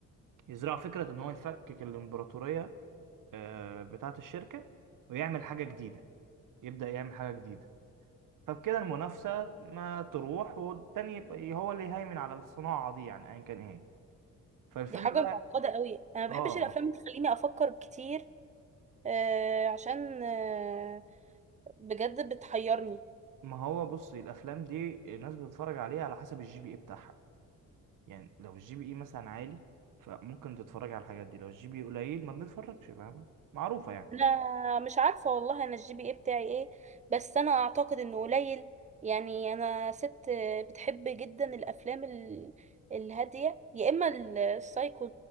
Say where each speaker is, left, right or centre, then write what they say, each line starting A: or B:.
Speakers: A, on the right; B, on the right.
A: يزرعوا فكرة إن هو يفكك الإمبراطورية آه، بتاعة الشركة ويعمل حاجة جديدة يبدأ يعمل حاجة جديدة فبكده المنافسة ما تروح والتاني يبقى هو اللي يهيمن على الصناعة دي يعني أيا كان إيه هي. فالفيلم
B: دي حاجة
A: بقى
B: معقدة قوي انا ما
A: آه
B: بحبش الافلام
A: آه.
B: اللي تخليني افكر كتير آه عشان آه بجد بتحيرني
A: ما هو بصي الافلام دي الناس بتتفرج عليها على حسب الجي بي اي بتاعها يعني لو الجي بي اي مثلا عالي فممكن تتفرج على الحاجات دي لو الجي بي اي قليل ما بنتفرجش فاهمة معروفة يعني
B: انا مش عارفه والله انا الجي بي اي بتاعي ايه بس انا اعتقد انه قليل يعني انا ست بتحب جدا الافلام ال- الهاديه يا اما ال- السايكو